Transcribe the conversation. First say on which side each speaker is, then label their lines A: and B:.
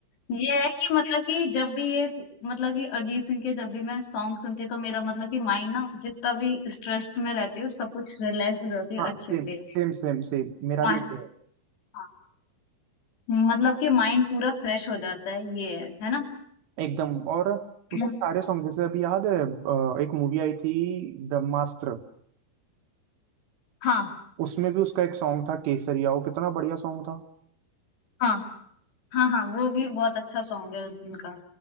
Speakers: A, on the left; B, on the right.
A: <laughs> ये है कि मतलब कि जब भी ये मतलब कि अरिजीत सिंह के जब भी मैं सॉन्ग सुनती हूँ तो मेरा मतलब कि माइंड ना जितना भी स्ट्रेस्ड में रहती हूँ सब कुछ रिलैक्स हो जाती हूँ
B: हाँ
A: अच्छे
B: सेम
A: से
B: सेम सेम सेम मेरा
A: मा-
B: भी वही
A: हाँ, मतलब कि माइंड पूरा फ्रेश हो जाता है ये है है ना
B: है। एकदम और
A: <laughs>
B: उसके सारे सॉन्ग जैसे अभी याद है अ, एक मूवी आई थी ब्रह्मास्त्र
A: हाँ
B: उसमें भी उसका एक सॉन्ग था केसरिया वो कितना बढ़िया सॉन्ग था
A: हाँ हाँ हाँ वो भी बहुत अच्छा सॉन्ग है उनका